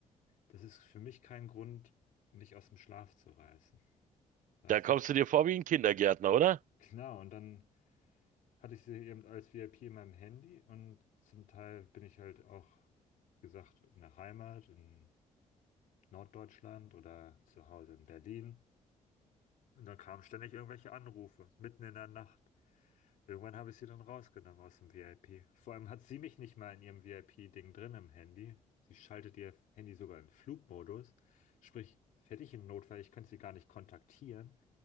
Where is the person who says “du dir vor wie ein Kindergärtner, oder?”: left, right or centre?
Right